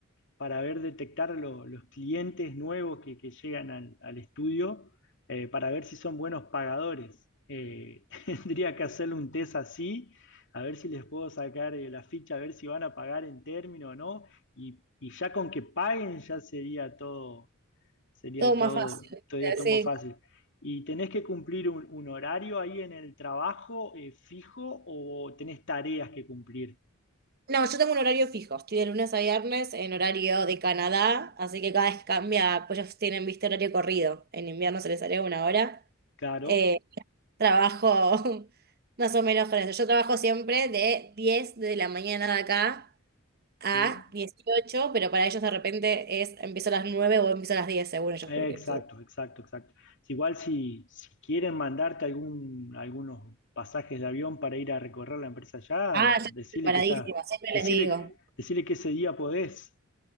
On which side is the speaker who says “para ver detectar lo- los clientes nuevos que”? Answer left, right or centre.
Left